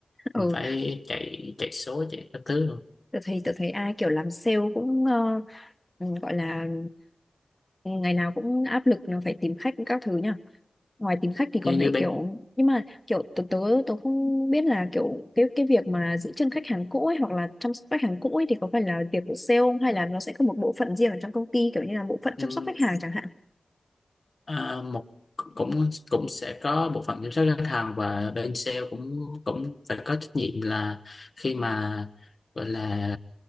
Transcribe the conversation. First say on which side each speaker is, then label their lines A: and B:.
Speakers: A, on the left (about 20°); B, on the left (about 55°).
A: ừ
B: mình phải chạy chạy số chạy các thứ luôn
A: tôi thấy tôi thấy ai kiểu làm sale cũng ờ, ừ, gọi là ừ, ngày nào cũng áp lực là phải tìm khách các thứ nhỉ ngoài tìm khách thì còn
B: như như
A: phải kiểu nhưng mà kiểu tớ tớ tớ không biết là kiểu cái cái việc mà giữ chân khách hàng cũ ấy hoặc là chăm sóc khách hàng cũ ấy thì có phải là việc của sale không hay là nó sẽ có một bộ phận riêng ở trong công ty kiểu như là bộ phận
B: bên
A: chăm sóc khách hàng chẳng hạn
B: À, một cũng cũng sẽ có bộ phận kiểm soát khách hàng và bên sale cũng cũng phải có trách nhiệm là khi mà gọi là